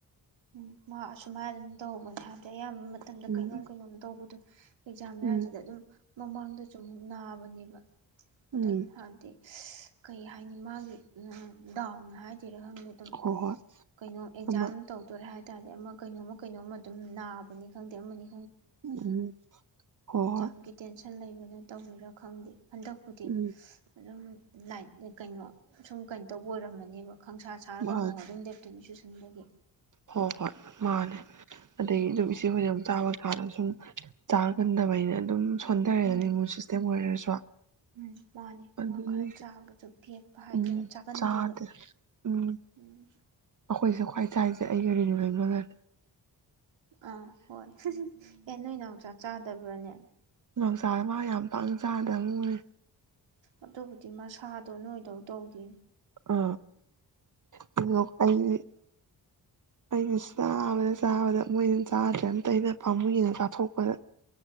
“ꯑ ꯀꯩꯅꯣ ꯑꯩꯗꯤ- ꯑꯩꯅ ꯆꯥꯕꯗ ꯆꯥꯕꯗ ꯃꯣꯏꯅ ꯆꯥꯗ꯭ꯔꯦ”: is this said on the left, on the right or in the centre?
Right